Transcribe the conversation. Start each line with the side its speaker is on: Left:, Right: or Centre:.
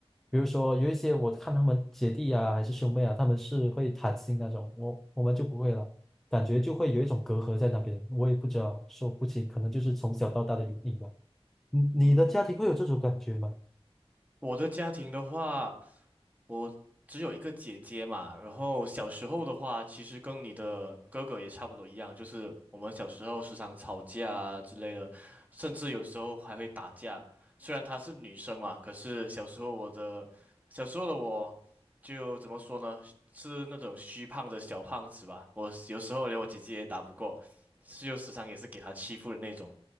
Centre: 比如说有一些我看他们姐弟啊，还是兄妹啊，他们是会谈心那种，我我们就不会了。感觉就会有一种隔阂在那边，我也不知道说不清，可能就是从小到大的原因吧。你你的家庭会有这种感觉吗？
Right: 嗯我的家庭的话，我只有一个姐姐嘛，然后小时候的话，其实跟你的哥哥也差不多一样，就是我们小时候时常吵架啊之类的，甚至有时候还会打架。虽然她是女生嘛，可是小时候我的，小时候的我，就怎么说呢，是那种虚胖的小胖子吧，我有时候连我姐姐也打不过，是就时常也是给她欺负的那种。